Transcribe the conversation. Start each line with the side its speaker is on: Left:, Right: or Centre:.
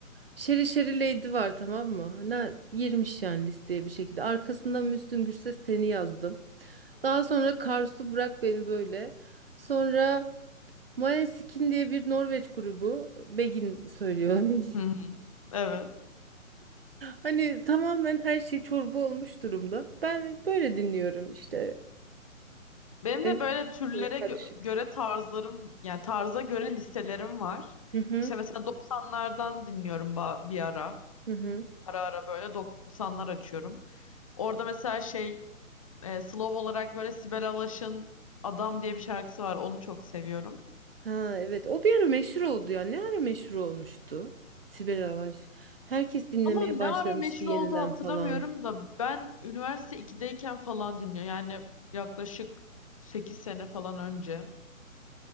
Right: Şeri Şeri Lady var tamam mı? Ne girmiş yani listeye bir şekilde. Arkasından Müslüm Gürses seni yazdım. Daha sonra Karsu Bırak Beni Böyle. Sonra Måneskin diye bir Norveç grubu. Begin söylüyor. <laughs>
Left: Hı hı. Evet.
Right: Hani tamamen her şey çorba olmuş durumda. Ben böyle dinliyorum işte.
Left: Benim
Right: Benim
Left: de böyle türlere
Right: şey karışık.
Left: gö- göre tarzlarım yani tarza göre listelerim var.
Right: Hı hı.
Left: İşte mesela 90'lardan dinliyorum ba- bir ara.
Right: Hı hı.
Left: Ara ara böyle 90'lar açıyorum. Orada mesela şey e, slow olarak böyle Sibel Alaş'ın Adam diye bir şarkısı var. Onu çok seviyorum.
Right: Ha evet o bir ara meşhur oldu ya. Ne ara meşhur olmuştu? Sibel Alaş. Herkes dinlemeye
Left: Ama ne
Right: başlamıştı
Left: ara meşhur
Right: yeniden
Left: oldu hatırlamıyorum
Right: falan.
Left: da ben üniversite 2'deyken falan dinliyorum. Yani yaklaşık 8 sene falan önce.